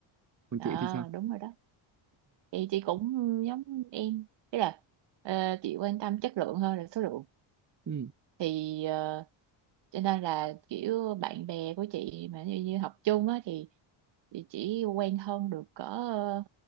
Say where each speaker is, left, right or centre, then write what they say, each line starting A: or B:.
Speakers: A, on the right (about 35°); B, on the right (about 60°).
A: còn
B: ờ,
A: chị thì sao
B: đúng rồi đó. Thì chị cũng giống em, tức là ờ, chị quan tâm chất lượng hơn là số lượng.
A: Ừ.
B: Thì ờ, cho nên là kiểu bạn bè của chị mà như, như học chung á thì, thì chỉ quen thân được cỡ ờ,